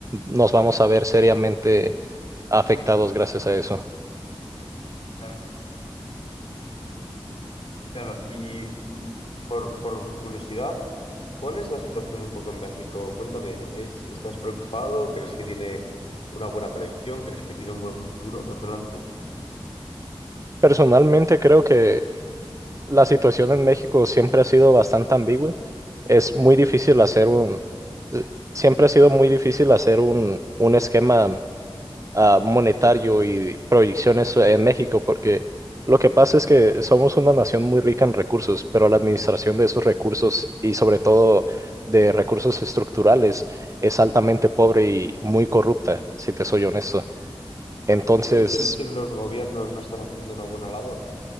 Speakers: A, on the right; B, on the left.
A: nos vamos a ver seriamente afectados gracias a eso.
B: Claro. Claro, y mm, por, por curiosidad, ¿cuál es la situación un poco en México? Cuéntame, ¿es, estás preocupado? ¿Crees que tiene una buena proyección? ¿Crees que tiene un buen futuro por delante?
A: Personalmente creo que la situación en México siempre ha sido bastante ambigua. Es muy difícil
B: Ujú.
A: hacer un, eh, siempre ha sido muy difícil hacer un, un esquema ah, monetario y proyecciones en México, porque lo que pasa es que somos una nación muy rica en recursos, pero la administración de esos recursos y sobre todo de recursos estructurales es altamente pobre y muy corrupta, si te soy honesto. Entonces,
B: Sí, ¿crees que los gobiernos no están haciendo una buena labor?